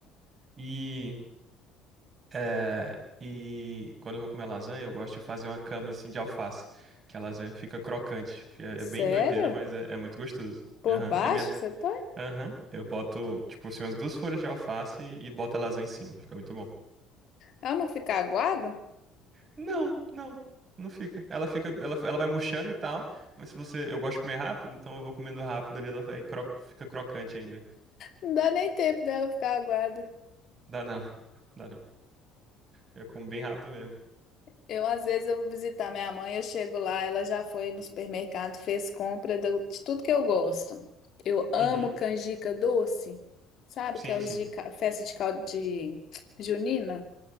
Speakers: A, on the right (about 35°); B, on the left (about 45°).
A: E É, e quando eu vou comer lasanha, eu gosto de fazer uma cama assim de alface, que a lasanha fica crocante, que é
B: Sério?
A: é bem doideira, mas é, é muito gostoso.
B: Por
A: Aham,
B: baixo
A: é minha.
B: você põe?
A: Aham, eu boto, tipo assim, umas duas folhas de alface e, e boto a lasanha em cima, fica muito bom.
B: Ela não fica aguada?
A: Não, não, não fica. Ela fica, ela, ela vai murchando e tal, mas se você, eu gosto de comer rápido, então eu vou comendo rápido ali, ela vai, cro- fica crocante ainda.
B: Não dá nem tempo dela ficar aguada.
A: Dá não, <laughs> dá não. Eu como bem rápido mesmo.
B: Eu, às vezes, eu vou visitar minha mãe, eu chego lá, ela já foi no supermercado, fez compra do- de tudo que eu gosto. Eu amo
A: Uhum,
B: canjica doce, sabe?
A: sim,
B: Que é os
A: sim.
B: de ca- festa de caldo de junina.